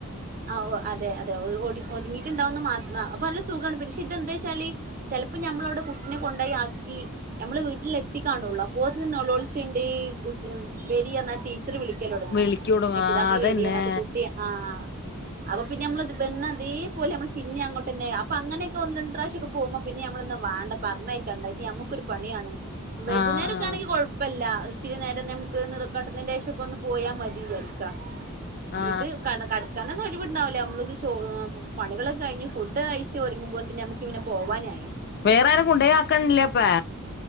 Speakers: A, on the right (about 40°); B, on the left (about 50°).
A: ആ ഓഹ് അതെ അതെ ഒട് ഒതുങ്ങിട്ടുണ്ടാവന്ന് മാത്രം അപ്പൊ നല്ല സുഖാണ് പിനിഷെ ഇതെന്താച്ചാല് ചിലപ്പോം ഞമ്മളവിടെ കുട്ടിനെ കൊണ്ടോയി ആ ക്കി ഞമ്മള് വീട്ടിലെത്തി കാണുള്ളു അപ്പോത്തിന് നെളോളിച്ണ്ട് കുട് വെരിഅറിഞ്ഞട്ടി ചർ വിളിക്കലൊടങ്ങും
B: വിളിക്കൂട
A: രക്ഷിതാക്കൾ
B: ആ അതന്നെ
A: വരി അർഞ്ഞട്ട് കുട്ടിയ ആഹ് അപ്പൊ പിന്നെ നമ്മൾ ത് വന്നതേ പോലെ നമ്മൾ പിന്നേം അങ്ങോട്ടന്ന അപ്പൊ അങ്ങനൊക്കെ ഒന്ന് രണ്ട് പ്രാവശ്യ ഒക്കെ പോകുമ്പോ പിന്ന നമ്മള് ന്നാ വാണ്ട പറഞ്ഞയക്കണ്ട യമുക്കൊരു പണിയാണ് വൈകുന്നേരൊക്കെണെങ്കിൽ
B: ആ ആ
A: കുഴപ്പല്ല ഇച്ചിരി നേരം നമക്ക് ന്ന്റ് കടന്നേന്റെഷം ക്കൊന്ന് പോയാ മതി യാരിക്കാ
B: ആ
A: ഇത് കട കട കാനൊന്നും ഒഴിവിണ്ടാവ് ല്ല യമ്ൾക്ക് ചോ പണികളൊക്കെഴിഞ്ഞ് ഫുഡ് കഴിച്ച് ഒരുങ്ങ്പോത്തിന് നമു ക്ക് പിനെ പോവാനായി
B: വേറെ ആരും കൊണ്ടോയി ആക്കൺല്ലേപ്പാ